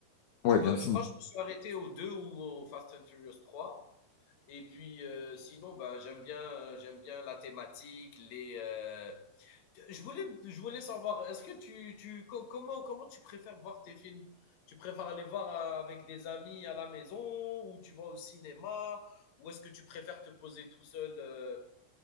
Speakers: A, on the left; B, on the left.
A: Du
B: Ouais, bien
A: go-
B: sûr.
A: je crois que je me suis arrêté au 2 ou au Fast and Furious trois Et puis, euh, sinon, ben, j'aime bien, euh, j'aime bien la thématique, les. euh, Je voulais, je voulais savoir, est-ce que tu, tu, co- comment, comment tu préfères voir tes films? Tu préfères aller voir euh, avec des amis à la maison ou tu vas au cinéma ou est-ce que tu préfères te poser tout seul? euh,